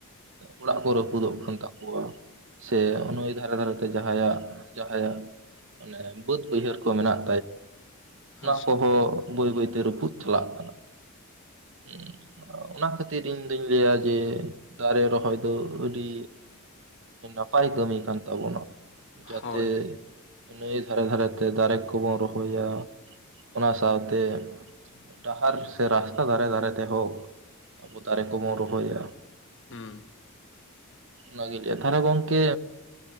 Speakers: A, on the right; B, on the left.
A: ᱚᱲᱟᱜ ᱠᱚ ᱨᱟᱹᱯᱩᱫᱚᱜ ᱠᱟᱱ ᱛᱟᱠᱚᱣᱟ ᱥᱮ ᱱᱩᱭ ᱫᱷᱟᱨᱮ ᱫᱷᱟᱨᱮ ᱛᱮ ᱡᱟᱦᱟᱸᱭᱟᱜ ᱡᱟᱦᱟᱸᱭᱟᱜ ᱚᱱᱮ ᱵᱟᱹᱫᱽ ᱵᱟᱹᱭᱦᱟᱹᱲ ᱠᱚ ᱢᱮᱱᱟᱜ
B: ᱟᱪᱪᱷᱟ
A: ᱠᱚᱦᱚᱸ ᱵᱳᱭ ᱵᱟᱹᱭᱛᱮ ᱨᱯᱩᱫ ᱪᱟᱞᱟᱜ ᱠᱟᱱᱟ᱾ ᱩᱸ ᱚᱱᱟ ᱠᱷᱟᱹᱛᱤᱨ ᱤᱧ ᱫᱩᱧ ᱞᱟᱹᱭᱟ ᱡᱮ ᱫᱟᱨᱮ ᱨᱚᱦᱚᱭ ᱫᱚ ᱟᱹᱰᱤ ᱱᱟᱯᱟᱭ ᱠᱟᱹᱢᱤ ᱠᱟᱱ ᱛᱟᱵᱚᱱᱟ᱾ ᱡᱟᱛᱮ
B: ᱦᱳᱭ
A: ᱱᱟᱹᱭ ᱫᱷᱟᱨᱮ ᱫᱷᱟᱨᱮ ᱛᱮ ᱫᱟᱨᱮ ᱠᱚᱵᱚᱱ ᱨᱚᱦᱚᱭᱟ ᱚᱱᱟ ᱥᱟᱶᱛᱮ ᱰᱟᱦᱟᱨ ᱥᱮ ᱨᱟᱥᱛᱟ ᱫᱟᱨᱮ ᱫᱟᱨᱮ ᱛᱮᱦᱚᱸ ᱟᱵᱚ ᱫᱟᱨᱮ ᱠᱚᱵᱚᱱ ᱨᱚᱦᱚᱭᱟ
B: ᱦᱩᱸ᱾
A: ᱚᱱᱟᱜ ᱞᱟᱹᱭ, ᱛᱟᱦᱚᱞᱮ ᱜᱚᱢᱠᱮ